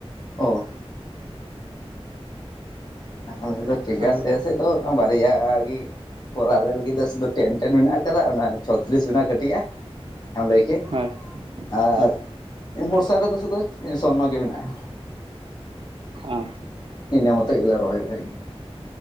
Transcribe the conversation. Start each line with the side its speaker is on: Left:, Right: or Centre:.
Left: ᱚᱼᱼ ᱟᱞᱮ ᱫᱚ ᱴᱷᱤᱠ
Right: ᱦᱳᱭ
Left: ᱜᱮᱭᱟ
Right: ᱥᱮ
Left: ᱚᱱᱟ ᱵᱟᱨᱭᱟ ᱜᱮ ᱠᱷᱚᱨᱟ ᱨᱮ ᱞᱟᱹᱜᱤᱫ ᱫᱚ ᱥᱩᱫᱩ ᱴᱮᱱ। ᱴᱮᱱ ᱢᱮᱱᱟᱜ ᱟᱠᱟᱫᱟ ᱚᱱᱟ ᱪᱷᱚᱛᱨᱤᱥ ᱨᱮᱱᱟᱜ ᱠᱟᱹᱴᱤᱡ ᱟ ᱚᱱᱟ ᱞᱟᱹᱭ ᱠᱮᱫ
Right: ᱦᱳᱭ
Left: ᱟᱨᱼᱼ
Right: ᱦᱳᱭ
Left: ᱵᱚᱨᱥᱟ ᱨᱮᱫᱚ ᱥᱩᱫᱩ ᱥᱚᱨᱱᱚ ᱜᱮ ᱢᱮᱱᱟᱜᱼᱟ᱾
Right: ᱟᱨ
Left: ᱤᱱᱟᱹᱢᱚᱛᱚ ᱜᱮᱞᱮ ᱨᱚᱦᱚᱭ ᱟ ᱵᱷᱟ